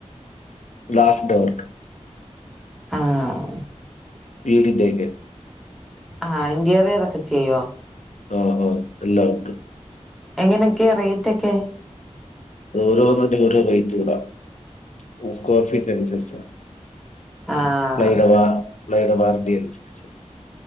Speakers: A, on the left; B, in the centre.
A: ഗ്ലാസ്‌ ഡോർക്ക്
B: ആഹ്
A: വീടിന്റെയൊക്കെ
B: ആഹ ഇന്റീറിയർ ഒക്കെ ചെയ്യോ
A: ആഹ ആഹ് എല്ലാം ഉണ്ട്
B: എങ്ങനെയൊക്കെ റേറ്റ് ഒക്കെ
A: അത് ഓരോന്നായ്റ്റ് ഓരോ റേറ്റ്കളാണ് സ്ക്വയർ ഫീറ്റ് അനുസരിച്ചാണ്
B: ആഹ്
A: നൈഡവാ നൈഡവാറന്റി അനുസരിച്ച്